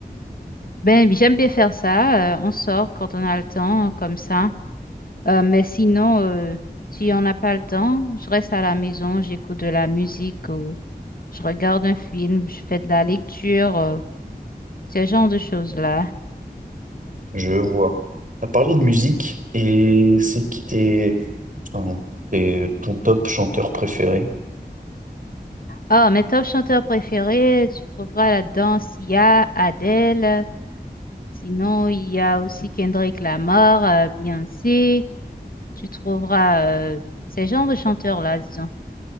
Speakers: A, on the left; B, on the right.
A: Ben, oui, j'aime bien faire ça. euh, on sort quand on a le temps, comme ça. Euh, mais sinon, euh, si on n'a pas le temps, je reste à la maison, j'écoute de la musique ou je regarde un film, je fais de la lecture, euh, ce genre de choses-là.
B: Je vois. T'as parlé de musique et c'est qui tes, enfin, tes- ton top chanteur préféré?
A: Ah, mes top chanteurs préférés, tu trouveras là-dedans Sia, Adele. Sinon, il y a aussi Kendrick Lamar, euh, Beyoncé. Tu trouveras euh, ces genres de chanteurs-là, disons.